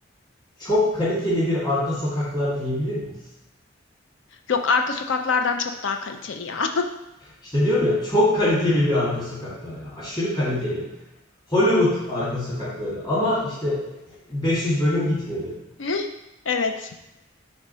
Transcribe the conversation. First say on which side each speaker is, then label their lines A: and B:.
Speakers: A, on the left (about 25°); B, on the left (about 75°).
A: Çok kaliteli bir arka sokaklar diyebilir miyiz?
B: Yok, arka sokaklardan çok daha kaliteli ya.
A: İşte diyorum ya çok kaliteli bir arka sokaklar ya. Aşırı kaliteli. Hollywood arka sokakları ama işte 500 bölüm gitmedi.
B: <laughs> Evet.